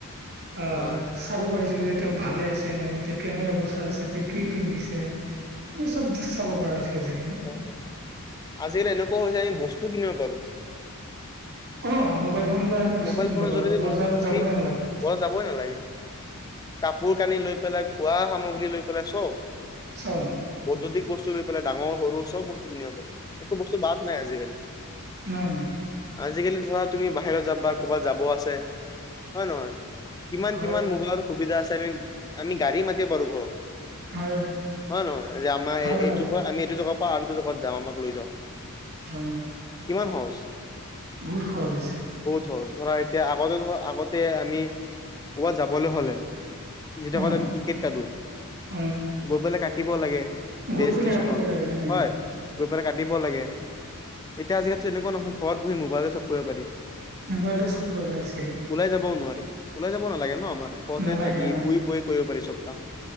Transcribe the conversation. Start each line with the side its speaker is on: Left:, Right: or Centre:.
Right: অ
Left: হয়
Right: চ চাব পাৰিছো যে তেওঁক ভালে আছে নে তেওঁ কেনেক অৱস্থাৰ আছে তেওঁ কি পিন্ধিছে এই চব চাব পৰা হৈছে আজিকালি
Left: অ অ আজিকালি এনেকুৱা হৈ যায় আমি বস্তু কিনিব পাৰো
Right: অ মোবাইল ফোনত আমি বস্তু
Left: মোবাইল
Right: কিনিব
Left: ফোনৰ
Right: পাৰো,
Left: জৰিয়তে
Right: বজাৰত
Left: আমি
Right: যাবই নালাগে
Left: বজাৰ যাবই নালাগে, কাপোৰ কানি লৈ পেলাই, খোৱা সামগ্ৰী লৈ পেলাই চব
Right: চব
Left: বৈদুতিক বস্তু লৈ পেলাই ডাঙৰ সৰু চব বস্তু কিনিব পাৰি একো বস্তু বাত নাই আজিকালি
Right: নাই নাই
Left: আজিকালি ধৰা তুমি বাহিৰত যাবা, ক'বাত যাব আছে হয় নহয় কিমান
Right: হয়
Left: কিমান মোবাইলত সুবিধা আছে আমি আমি গাড়ী মা কে বাৰু ঘৰত
Right: হয়
Left: হয় নহয় যে আমাৰ
Right: হয়
Left: এ এ এইটোৰ
Right: হয়
Left: পৰা আমি এইটো জ পা আনটো জগাত যাম আমাক লৈ যাওক
Right: হয়
Left: কিমান সহজ
Right: বহুত সহজ হৈছে
Left: ত ধৰা এতিয়া আগতে ধৰা আগতে আমি ক'ৰবাত যাবলৈ হ'লে যেতিয়া
Right: অ
Left: মানে আমি টিকেট কাটো,
Right: হয়
Left: গৈ পেলাই কাটিব লাগে
Right: গৈ
Left: ৰেল
Right: পেলাই
Left: ষ্ট্ৰেচনৰ
Right: কাটিব লাগে উম
Left: হয় গৈ পেলাই কাটিব লাগে, এতিয়া আজিকালিতো তেনেকুৱা নহয় ঘৰত বহি মোবাইলে চব কৰিব পাৰি
Right: মোবাইলটো চব কৰিব পাৰে আজিকালি
Left: ওলাই যাবও নোৱাৰি, ওলাই যাব নালাগে ন আমাৰ ঘৰতে
Right: নালাগে
Left: থাকি
Right: অ
Left: শুই বয়ে কৰিব পাৰি চব কাম